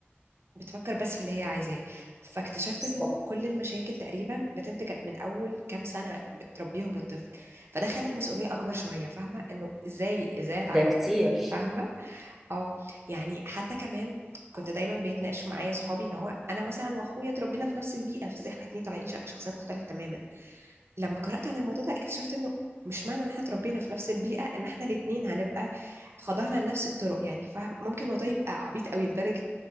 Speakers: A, on the right; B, in the centre.
A: وبتفكر بس في اللي هي عايزاه فاكتشفت
B: صح.
A: انه كل المشاكل تقريبا بتنتج من اول كام سنه بتربيهم للطفل فده خلى المسؤوليه اكبر شويه فاهمه انه ازاي ازاي اتعامل
B: ده كتير
A: فاهمه اه يعني حتى كمان كنت دايما بيتناقش معايا اصحابي ان هو انا مثلا واخويا اتربينا في نفس البيئه في زي احنا اتنين طالعين ش- شخصيات مختلفه تماما لما قرات عن الموضوع ده اكتشفت انه مش معنى ان احنا اتربينا في نفس البيئه ان احنا الاتنين هنبقى خضعنا لنفس الطرق يعني فاهم ممكن الموضوع يبقى عبيط قوي لدرجه